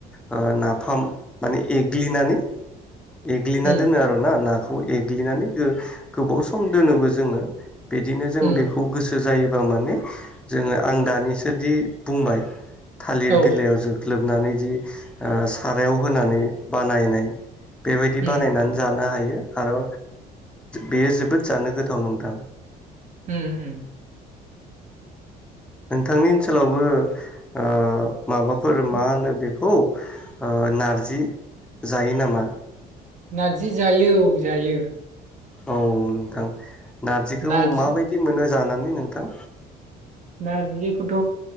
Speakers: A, in the centre; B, on the right.
A: ओ नाफाम माने एग्लिनानै एग्लिना
B: उम
A: दोनो आर' ना नाखौ। खौ एग्लिनानै गोबाव सम दोनोबो जोङो। बिदिनो जों
B: उम
A: बेखौ गोसो जायोबा माने जोङो आं दानिसोदि बुंबाय थालिर
B: औ
A: बिलाइ जोख्लोब नानै जि सारायाव होनानै बानायनाय बेबायदि
B: उम
A: बानायनानै जानो हायो। आरो बेयो जोबोद जानो गोथाव नोंथां।
B: होम ओम
A: नोंथांनि ओनसोल ओनसोलावबो ओ माबाफोर मा
B: उम
A: होनो बेखौ औ नारजि जायो नामा?
B: नारजि जायो औ जायो।
A: औ नोंथां नारजिखौ
B: नारजि
A: माबायदि मोनो? जानानै नोंथां
B: नारजिखौथ'